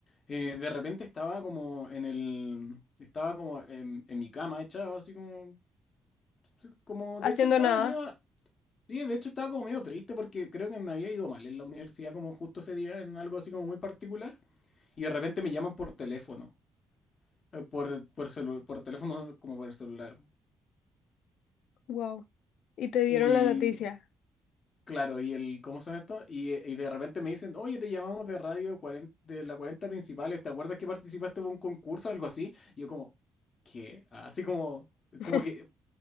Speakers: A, on the left; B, on the left.
A: eh, de repente estaba como en el, estaba como en, en mi cama echado, así como, sí, como,
B: Haciendo
A: de hecho estaba
B: nada.
A: medio, sí, de hecho estaba como medio triste porque creo que me había ido mal en la universidad como justo ese día en algo así como muy particular. Y de repente me llaman por teléfono eh, por, por, celu- por teléfono como por el celular.
B: Wow. Y te dieron
A: Y
B: la noticia.
A: claro, y el, ¿cómo son estos? Y, eh, y de repente me dicen, oye, te llamamos de radio 40 de la cuarenta principales, ¿te acuerdas que participaste en un concurso o algo así? Y yo como, ¿qué? Así como,
B: <laughs>
A: como que